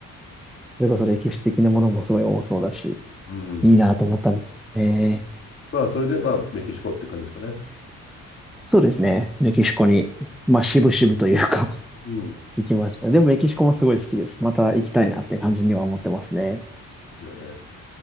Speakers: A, in the centre; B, on the left.
A: <laughs> それこそ歴史的なものもすごい多そうだし、
B: うん。
A: いいなと思ったんですよね。
B: まあ、それで、まあ、メキシコって感じですかね。
A: そうですね。メキシコに、まあ、渋々というか <laughs>
B: うん。い
A: 行きました。でもメキシコもすごい好きです。また行きたいなって感じには思ってますね。
B: いよね。